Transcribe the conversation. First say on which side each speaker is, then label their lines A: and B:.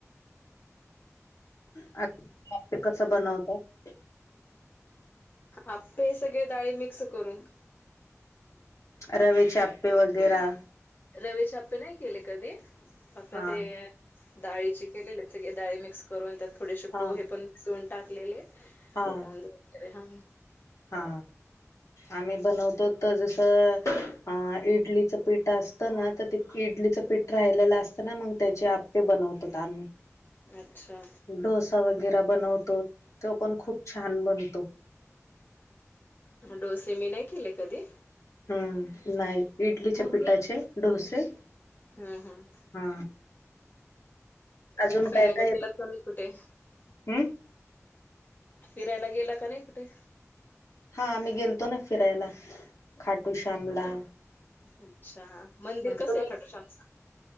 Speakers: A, on the left; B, on the left.
A: आ आपे कस बनवतात.
B: आपे सगळे डाळी मिक्स करून.
A: रव्याचे आप्पे वगैरा.
B: रवी चे आपे नाही केले कधी फक्त
A: हा
B: ते डाळीची केलेली सगळे डाळी मिक्स करून त्यात थोडेसे
A: हा
B: पोहे पण मिसून टाकलेले.
A: हा
B: तांदुळ वैगरे हा.
A: हा आम्ही बनवतो तर जसं इडलीच पिठ असतं ना तर त इडलीचं पीठ राहिलेलं असतं ना मग त्याचे आपे बनवतोात आम्ही.
B: अच्छा
A: डोसा वगैरे बनवतो. तो पण खूप छान बनतो.
B: डोसे मी नाही. केले कधी
A: हम्म नाही इडलीच्या पिठाचे डोसे
B: हम्म हम
A: हा अजून
B: फिरायला
A: काय काय येतं?
B: गेला तर नाही कुठे
A: हम्म
B: फिरायला गेला का नाही कुठे
A: हा आम्ही गेलतो ना फिरायला खाटू श्यामला
B: अच्छा मंदिर कसं
A: तुम्ही
B: आहे खाटूश्यामच